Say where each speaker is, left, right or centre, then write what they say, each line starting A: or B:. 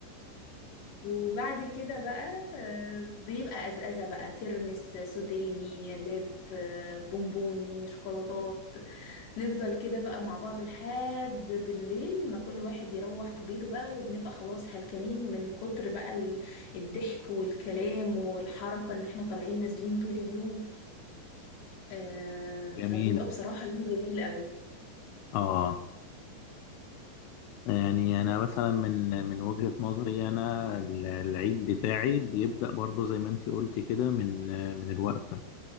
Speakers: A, on the left; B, on the left.
A: وبعد كده بقى آه، بيبقى أزأزة بقى ترمس سوداني لب آه، بونبوني شوكولاتات نفضل كده بقى مع بعض لحد بالليل ما كل واحد يروح بيته بقى وبنبقى خلاص هلكانين من كتر بقى ال- الضحك والكلام والحركة ان احنا طالعين نازلين طول اليوم آه،
B: جميل
A: فبيبقى بصراحة يوم جميل قوي
B: آه يعني أنا مثلا من من وجهة نظري أنا ال- العيد بتاعي بيبدأ برضه زي ما أنت قلتي كده من آه، من الوقفة